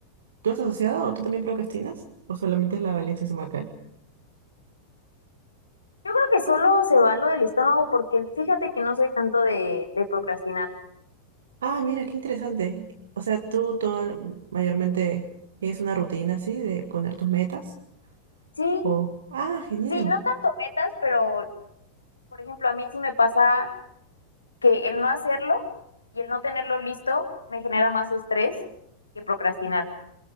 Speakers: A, on the right; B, on the left.
A: ¿Tú estás asociado o tú también procrastinas? ¿O solamente es la valencia estomacal?
B: Yo creo que solo se va lo del estómago porque fíjate que no soy tanto de, de procrastinar.
A: Ah, mira, qué interesante. O sea, tú todo mayormente tienes una rutina así de poner tus metas.
B: Sí,
A: O, ah, genial.
B: sí, no tanto metas, pero por ejemplo, a mí sí me pasa que el no hacerlo y el no tenerlo listo me genera más estrés que procrastinar.